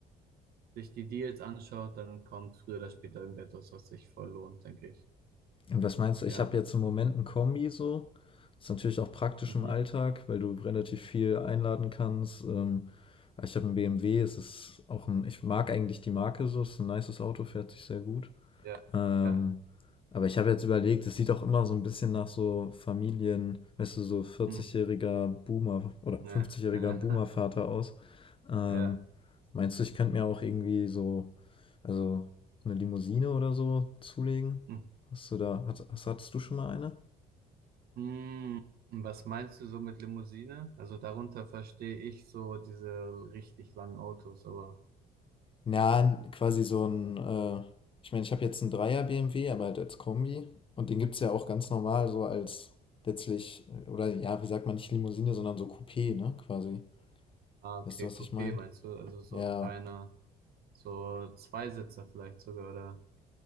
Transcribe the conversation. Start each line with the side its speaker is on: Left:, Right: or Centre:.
Right: sich die Deals anschaut, dann kommt früher oder später irgendetwas, was sich voll lohnt, denke ich.
Left: Und was meinst du? Ich
Right: Ja.
Left: habe jetzt im Moment ein Kombi so. Ist natürlich auch praktisch
Right: Mhm.
Left: im Alltag, weil du relativ viel einladen kannst. Ähm, ich habe einen BMW, es ist auch ein, ich mag eigentlich die Marke so, es ist ein nices Auto, fährt sich sehr gut.
Right: Ja.
Left: Ähm,
Right: Ja.
Left: aber ich habe jetzt überlegt, es sieht auch immer so ein bisschen nach so Familien, weißt du, so 40-jähriger
Right: Hm.
Left: Boomer oder
Right: Ja,
Left: 50-jähriger
Right: ja,
Left: Boomer-Vater aus. Ähm,
Right: <laughs> ja.
Left: meinst du, ich könnte mir auch irgendwie so, also eine Limousine oder so zulegen?
Right: Hm.
Left: Hast du da, hast, hast, hattest du schon mal eine?
Right: Hm, Was meinst du so mit Limousine? Also darunter verstehe ich so diese richtig langen Autos, aber
Left: Ja, quasi so ein, äh, ich meine, ich habe jetzt einen Dreier BMW, aber halt als Kombi. Und den gibt es ja auch ganz normal, so als letztlich, oder ja, wie sagt man, nicht Limousine, sondern so Coupé, ne, quasi.
Right: ah, okay,
Left: Weißt du, was
Right: Coupé
Left: ich meine?
Right: meinst du? Also so
Left: Ja.
Right: kleiner, so Zweisitzer vielleicht sogar, oder?